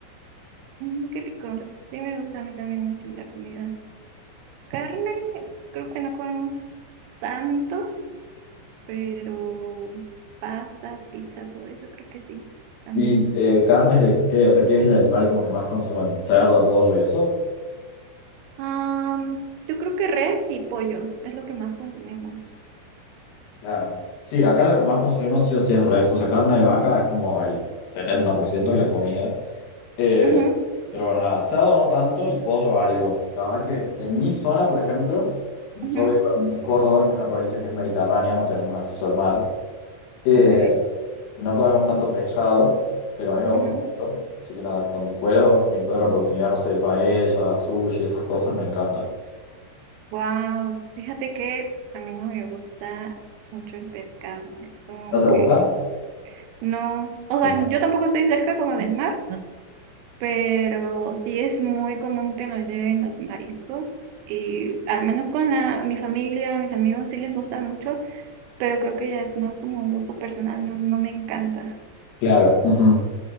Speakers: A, on the right; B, on the left.
A: ujú, qué rico, sí me gusta a mí también así la comida. Carne, creo que no comemos tanto, pero pastas, pizza, todo eso creo que sí, también.
B: ¿Y eh, carnes de qué? O sea, ¿qué es el animal como que más consumen? ¿Cerdo, pollo y eso?
A: Am, yo creo que res y pollo es lo que más consumimos.
B: Claro. Sí, acá lo que más consumimos sí o sí es res. O sea, carne de vaca es como el 70% de la comida. Eh,
A: Ujú,
B: pero bueno, nada, asado no tanto y pollo algo. La verdad que en mi zona, por ejemplo, yo
A: ujú,
B: vivo en en Córdoba, que es una provincia que es mediterránea, no tenemos acceso al mar. Eh,
A: ok,
B: no comemos tanto pescado, pero a mí me gusta
A: ujú.
B: mucho. Así que nada, cuando puedo, encuentro oportunidad, no sé, de paella, sushi, esas cosas me encantan.
A: Wow, fíjate que a mí no me gusta mucho el pescado, es como
B: ¿No te gusta?
A: que no, o sea,
B: Mira.
A: yo tampoco estoy cerca como del mar, pero sí es muy común que nos lleguen los mariscos y al menos con la, mi familia, mis amigos sí les gusta mucho. pero creo que ya es más como un gusto personal, no, no me encanta.
B: Claro. ujú.